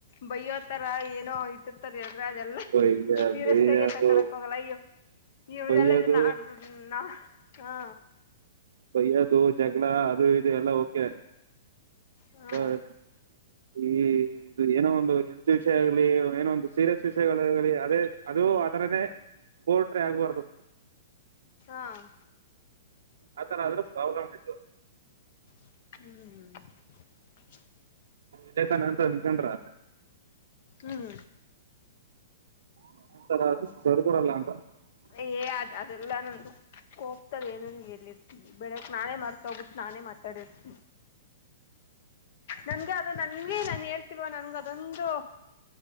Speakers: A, on the left; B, on the right.
A: ಬೈಯೊ ತರ ಏನೋ ಇಟ್ಟಿರ್ತಾರೆ. ರ ಅದೆಲ್ಲ
B: ಬಯ್ಯ
A: ಸೀರಿಯಸ್
B: ಬೈಯ್ಯೋದು
A: ಆಗೆ ತಕಳಕ್ ಹೋಗಲ್ಲ ಅಯ್ಯೋ <unintelligible>
B: ಬೈಯ್ಯೋದು
A: ಹಾ
B: ಬೈಯೋದು, ಜಗಳ ಅದು ಇದು ಎಲ್ಲಾ ಓಕೆ.
A: ಹಾ
B: <unintelligible> ಈ ಇದು ಏನೋ ಒಂದು ಹೆಲ್ತ್ ವಿಷಯ ಆಗ್ಲಿ ಏನೋ ಒಂದು ಸೀರಿಯಸ್ ವಿಷಯಗಳ ಆಗ್ಲಿ ಅದೇ ಅದು ಆಥರನೇ ಪೋಲ್ಟ್ರಿ ಆಗ್ಬಾರ್ದು.
A: ಆ
B: ಆತರ ಆದ್ರ ಪ್ರಾಬ್ಲಮ್ ಆಯ್ತದ.
A: ಹ್ಮು
B: ಇದೇತಾನೆ ಅಂತ್ ಅನ್ಕೊಂಡ್ರ
A: ಹ್ಮು
B: <unintelligible>
A: ಏ ಅದ್ ಅದೆಲ್ಲಾ ನಂದು ಕೋಪ್ತದಲ್ಲಿ ಏನೇನ್ ಹೇಳಿರ್ತಿನಿ ಬೆಳಕ್ ನಾನೇ ಮರ್ತ ಹೋಗ್ಬಿಟ್ಟ ನಾನೇ ಮಾತಾಡಿರ್ತೀನಿ ನನ್ಗೆ ಅದು ನನ್ಗೆ ನಾನ ಹೇಳ್ ಳ್ತಿಲ್ವಾ ನಂಗ ಅದೊಂದು